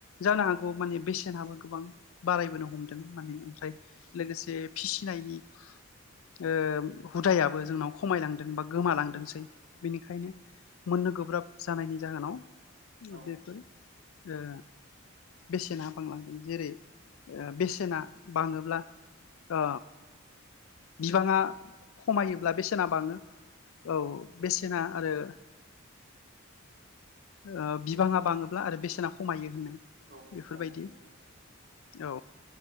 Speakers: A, on the left; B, on the right.
A: जानो हागौ माने बेसेनाबो गोबां बारायबो हम हमदों माने ओमफ्राय लोगोसे फिसिनायनि ओ हुदायाबो जोंनाव खमायलांदों बा गोमालांदोंसै बेनिखायनो
B: औ
A: मोननो गोब्राब जानायनि जाहोनाव
B: औ
A: बेफोर ओ बेसेना बांलांदों जेरै बेसेना बाङोब्ला ओ बिबाङा खमायोब्ला
B: औ
A: बेसेना बाङो औ बेसेना आरो ओ बिबाङा बाङोब्ला आरो बेसेना खमायो होनो
B: औ
A: बेफोरबायदि
B: औ नंगौ नोंथां
A: औ